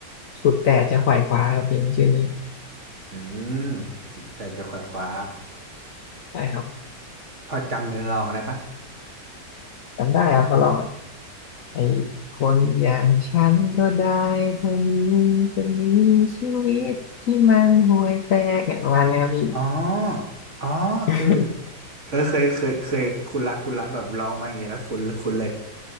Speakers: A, on the left (about 60°); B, on the right (about 40°).
A: สุดแต่จะขวายคว้าครับเพลงมันชื่อนี้
B: อืมจะแต่จะขวายขวา
A: ใช่ครับ
B: พอจำเนื้อลองอะไรปะ
A: จำได้ครับเขาร้อง ไอ้คนอย่างฉันก็ได้เท่านี้จะมีชีวิตที่มันห่วยแตกเนี่ยประมาณเนี้ยครับพี่
B: อ๋ออ๋อเออ
A: <laughs>
B: เออเคยเคยเคยคุณละคุณละแบบร้องมาอย่างเงี้ยแล้วคุณคุณเลย